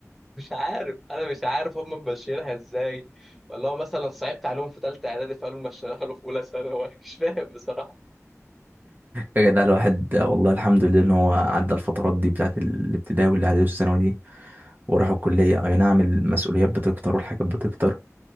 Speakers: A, in the centre; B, on the right.
A: مش عارف انا مش عارف هم ماشيينها ازاي ولا هو مثلا صعبت عليهم في ثالثه اعدادي فقالوا ماشيينها له في اولى ثانوي <laughs> مش فاهم بصراحه
B: يا جدع الواحد والله الحمد لله ان هو عدى الفترات دي بتاعت الابتدائي والاعدادي والثانوي دي وراح الكليه اي نعم المسؤوليات بتكتر والحاجات بتكتر